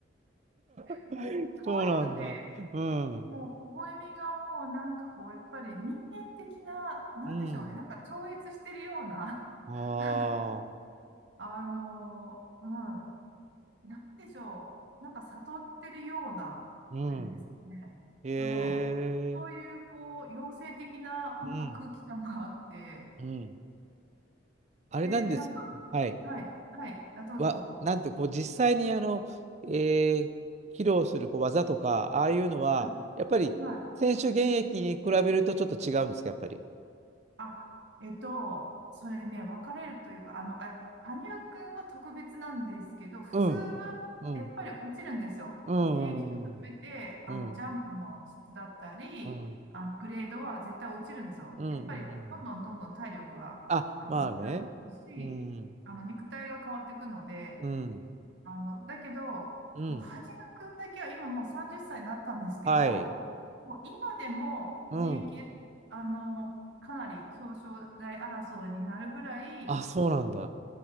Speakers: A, on the right; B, on the right.
A: <laughs>
B: <laughs>
A: もう可愛くて、
B: そうなんだ。うん。
A: もう微笑みがもうなんかこう、やっぱり人間的な、なんでしょうね、
B: うん。
A: なんか超越してるような、
B: ああ。
A: <laughs> なんか、あのーうん、なんでしょう、なんか悟ってるような、
B: うん。
A: というんですかね。
B: えー。
A: うん。そういう、こう、妖精的な、なんか空気感があって、
B: うん。うん。あれなんです。
A: で、なんか、
B: はい。
A: はい、はい。あ、どうぞどうぞ。
B: わ、なんて、こう、実際に、あの、えー披露するこう技とか、ああいうのは、
A: うん
B: やっぱり、
A: はい。
B: 選手現役に比べるとちょっと違うんですか、やっぱり。
A: あ、えっと、それね、分かれるというか、あの、あ、羽生くんは特別なんですけど、普通はやっぱり落ちるんですよ。
B: うん、うん、うん、
A: 現役と比べて、
B: うん、
A: あの、
B: うん、
A: ジャンプの質だったり、
B: うん、
A: あの、グレードは絶対落ちるんですよ。
B: うん。
A: やっぱり、
B: うん
A: どんどんどんどん体力が、
B: あ、
A: あの、
B: まあね。
A: なくなってくるし、
B: うん、
A: あの、肉体が変わっていくので、
B: うん、
A: あの、だけど、
B: うん。
A: もう、はじめくんだけは今もう30歳になったんですけど、
B: はい。
A: もう今でも現役で、
B: うん。
A: あの、かなり表彰台争いになるぐらい、
B: あ、そうなんだ。